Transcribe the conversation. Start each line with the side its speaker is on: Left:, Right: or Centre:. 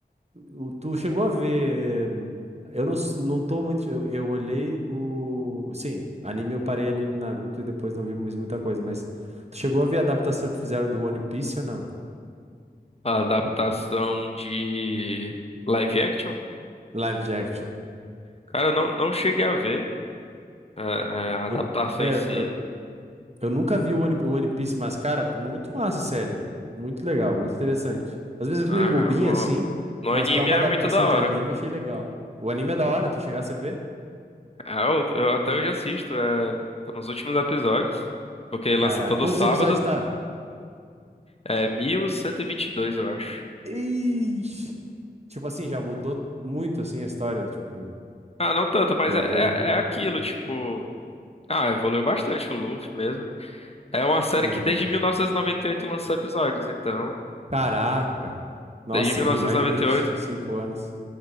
Right: O- Tu chegou a ver. hum, Eu não, s- não tô muito. Eu, eu olhei o. Sim, anime eu parei ali no Naruto e depois não vi mais muita coisa, mas tu chegou a ver a adaptação que fizeram do One Piece ou não?
Left: a adaptação de live action?
Right: Live de action.
Left: Cara, eu não, não cheguei a ver é, é, a adaptação
Right: Eu- é,
Left: em si.
Right: Eu nunca vi o One, o One Piece, mas, cara, muito massa a série, velho. Muito legal, muito interessante. Às vezes
Left: Ah,
Right: meio bobinha,
Left: no,
Right: assim,
Left: no
Right: mas
Left: anime
Right: pra uma
Left: é
Right: adaptação
Left: muito da hora.
Right: de anime eu achei legal. O anime é da hora, tu chegasse a ver?
Left: Ah, eu, eu até hoje assisto, é, tô nos últimos episódios. Porque lança
Right: Caraca,
Left: todo
Right: quantos
Left: sábado.
Right: episódios tá?
Left: É mil cento e e vinte e dois eu acho.
Right: Ixi. Tipo assim, já mudou muito, assim, a história, tipo,
Left: Ah, não tanto, mas
Right: já
Left: é,
Right: evoluiu.
Left: é, é aquilo, tipo. Ah, evoluiu bastante o Luffy mesmo. É uma série
Right: Uhum.
Left: que desde mil novecentos e e noventa e oito lançou episódios, então.
Right: Caraca. Nossa,
Left: Desde 1998,
Right: vi mais de vinte
Left: e
Right: e
Left: noventa e oito.
Right: cinco anos.